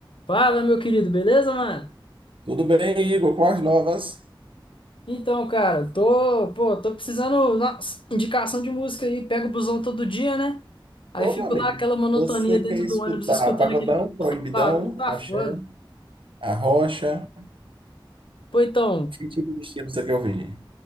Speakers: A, on the left (about 75°); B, on the right (about 75°).
A: Fala, meu querido, beleza, mano?
B: Tudo bem, Igor? Com as novas?
A: Então, cara, tô, pô, tô precisando de uma indicação de música aí. Pego o busão todo dia, né? Aí
B: Ô,
A: fico
B: meu amigo,
A: lá aquela monotonia
B: você
A: dentro
B: quer escutar
A: do ônibus escutando
B: pagodão,
A: aquele
B: proibidão,
A: barulho, tá
B: axé,
A: foda.
B: arrocha?
A: Pô, então,
B: Que tipo de estilo você quer ouvir?